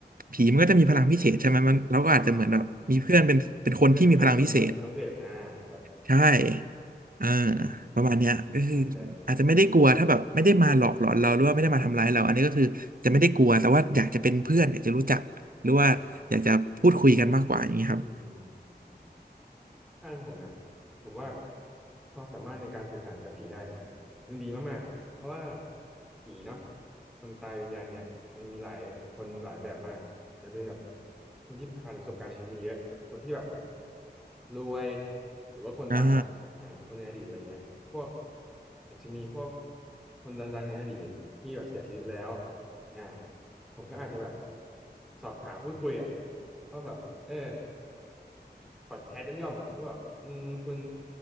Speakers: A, on the right; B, in the centre.
A: ผีมันก็จะมีพลังพิเศษใช่ไหมมันเราก็อาจจะเหมือนแบบมีเพื่อนเป็นเป็นคนที่มีพลังพิเศษ
B: อ๋อมีเพื่อนเป็นคนมีพลังพิเศษอ่าครับ
A: ใช่เออ
B: อืมอืมอืมอืมอืมน่าสนใจ
A: ประมาณเนี้ยก็คืออาจจะไม่ได้กลัวถ้าแบบไม่ได้มาหลอกหลอนเราหรือว่าไม่ได้มาทำร้ายเราอันนี้ก็คือจะไม่ได้กลัวแต่ว่าอยากจะเป็นเพื่อนอยากจะรู้จัก หรือว่าอยากจะพูดคุยกันมากกว่าอย่างนี้ครับ
B: อ่าครับ อืมอืมอืมถ้าเป็นผมนะผมว่าความสามารถในการสื่อสารกับผีได้เนี่ยมันดีมากๆเพราะว่าผีเนาะคนตายวิญญาณเนี่ยมันมีหลายคนหลายแบบมากอาจจะเป็นแบบคนที่ผ่านประสบการณ์ชีวิตมาเยอะคนที่แบบรวยหรือว่าคนดังอ่าคนในอดีตอะไรเงี้ยพวก
A: อ่า
B: อาจจะมีพวกคนดังๆในอดีตที่แบบเสียชีวิตแล้วอ่าผมก็อาจจะแบบสอบถามพูดคุยอ่ะว่าแบบเออ พอดแคสต์ย่อมๆอ่ะว่าแบบอืมคุณ